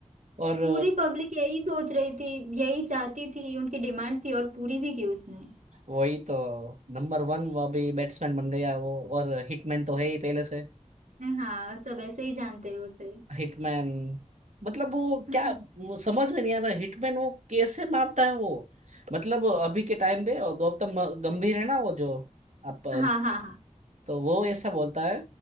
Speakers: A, on the right; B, on the right.
A: और
B: पूरी पब्लिक यही सोच रही थी यही चाहती थी उनकी डिमांड थी और पूरी भी की उसने
A: वही तो नंबर वन वो अभी बैट्समैन बन गया वो और हिटमैन तो है ही पहले से
B: हाँ सब ऐसे ही जानते हैं उसे
A: हिटमैन मतलब वो
B: <laughs>
A: क्या मु- समझ में नहीं आ रहा है, हिटमैन वो कैसे मारता है वो मतलब अभी के टाइम पे और गौतम गंभीर है ना वो जो आप
B: हाँ हाँ
A: तो वो ऐसा बोलता है